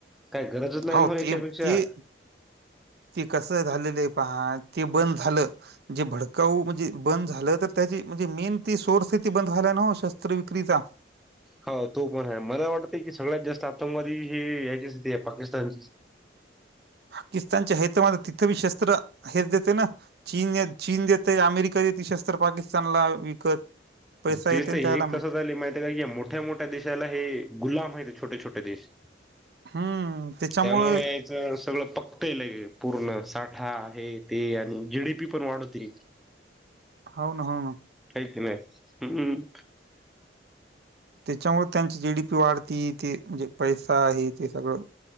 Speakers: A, in the centre; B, on the right.
A: काय गरजच नाही
B: हो
A: मग याच्यापेक्षा
B: ते ते ते कस झालेलं आहे पहा ते बंद झालं जे भडकाऊ म्हणजे बंद झालं तर त्याची म्हणजे मेन ती सोर्स ती बंद झालाय ना हो शस्त्र विक्रीचा
A: हो तो पण आहे मला वाटतं की सगळ्यात जास्त आतंकवादी हे याची स्थिती आहे पाकिस्तान
B: पाकिस्तानच्या आहेत मध्ये तिथे बी शस्त्र हेच देते ना चीन, चीन देत, अमेरिका देते, शस्त्र पाकिस्तानला विकत. पैसा
A: तेच
B: येते ना
A: तर
B: त्याला
A: हे
B: मग
A: कसं झाले माहित आहे का? मोठ्या मोठ्या देशाला हे गुलाम आहेत छोटे छोटे देश.
B: हम्म त्याच्यामुळे
A: त्यामुळे सगळं पकतयल पूर्ण साठा आहे ते आणि जी डी पी पण वाढवते.
B: हाव ना हाव
A: हाय की नाय हम्म हम्
B: त्याच्यामुळे त्यांची जीडीपी वाढती ते म्हणजे पैसा हे ते सगळं